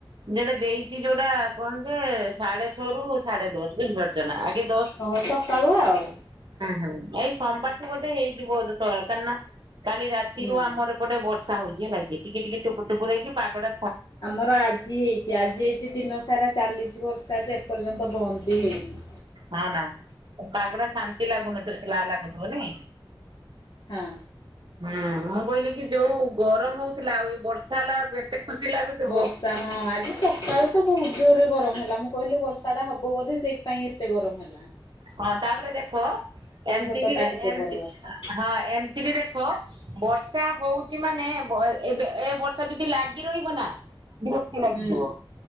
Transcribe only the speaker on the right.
ଯେଟା ଦେଇଛି ଯୋଉଟା କଣ ଯେ ସାଢେ ଛଅ ରୁ ସାଢେ ଦଶ ବୁଝିପାରୁଛ ନା ଆଗ
ହୁଁ ଏଇ ସୋମବାରଠୁ ବୋଧେ ହେଇଯିବ ବୋଧେ ସକାଳ କା ନା। କାଲି ରାତିରୁ
ଆମର ବର୍ଷା ହଉଛି ହେ ନାଗ କି ଟିକେ ଟିକେ ଟୁପୁ ଟୁପୁର ହେଇକି ପାଗଡା
ହଁ ନା ପାଗଡା ଶାନ୍ତି ଲାଗୁନଥିବ ଲା ଲାଗୁଥିବନି
ହୁଁ ମୁଁ କହିଲି କି ଯୋଉ ଗରମ ହଉଥିଲା ଆଉ ଏ ବର୍ଷା ହେଲାକୁ ଏତେ ଖୁସି ଲାଗୁଥିବ।
ହଁ ତାପରେ ଦେଖ ଏମତି
ବି
ଏମତି
ହଁ ଏମିତି ବି ଦେଖ ବର୍ଷ ବର୍ଷା ହଉଛି ମାନେ ଏବେ ଏ ବର୍ଷା ଯଦି ଲାଗି ରହିବ ନା। ବିରକ୍ତି ଲାଗିଯିବ